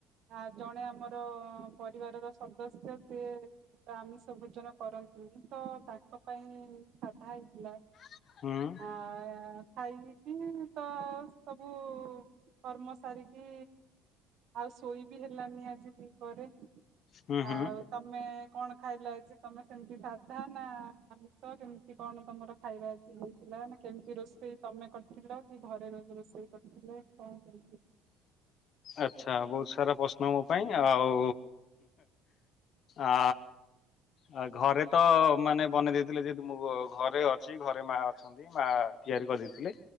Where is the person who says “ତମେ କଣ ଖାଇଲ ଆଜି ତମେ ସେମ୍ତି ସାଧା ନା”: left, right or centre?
Right